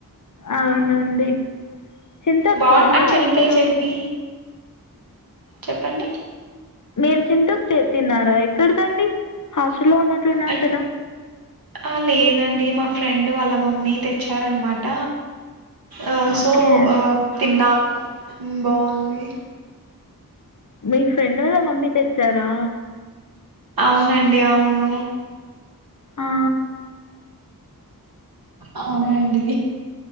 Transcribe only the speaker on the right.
బాగుం అండ్ శనక్కాయల
చట్నీ చెప్పండి
అండ్
ఆ లేదండి మా ఫ్రెండ్ వాళ్ళ మమ్మీ తెచ్చారనమాట ఆ
సో ఆ తిన్నాము బాగుంది
అవునండి అవును
అవునండి